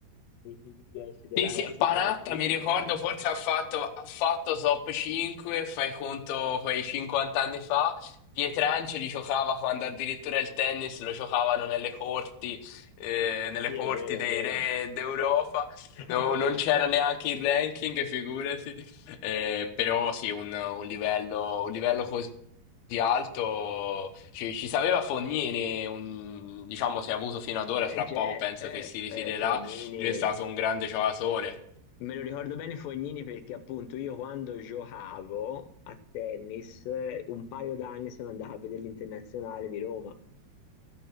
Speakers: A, on the left; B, on the left.
A: nei primi 10 della
B: Sì, sì,
A: classifica
B: Panatta
A: ATP.
B: mi ricordo, forse ha fatto, ha fatto top 5, fai conto quei 50 anni fa. Pietrangeli giocava quando addirittura il tennis lo giocavano nelle corti, eh, nelle
A: Sì,
B: corti
A: è vero,
B: dei
A: è vero.
B: re d'Europa.
A: <laughs>
B: No, non c'era neanche il ranking, figurati. Eh, però sì, un, un livello, un livello così alto ci, ci sapeva Fognini, un- diciamo, si è avuto fino ad ora,
A: Eh,
B: tra
A: c'è,
B: poco penso
A: eh,
B: che si ritirerà
A: eh, Fognini,
B: lui è stato un grande giocatore.
A: me lo ricordo bene Fognini perché appunto io quando giocavo a tennis eh, un paio d'anni sono andato a vedere l'Internazionale di Roma